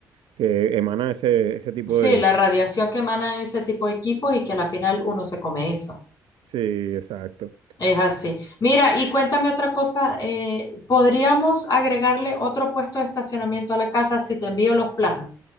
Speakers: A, on the right (about 60°); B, on the left (about 40°).
A: que emanan ese, ese tipo
B: sí,
A: de...
B: la radiación que emanan ese tipo de equipos y que a la final uno se come eso.
A: Sí, exacto.
B: Es así. Mira, y cuéntame otra cosa, eh, ¿podríamos agregarle otro puesto de estacionamiento a la casa si te envío los planos?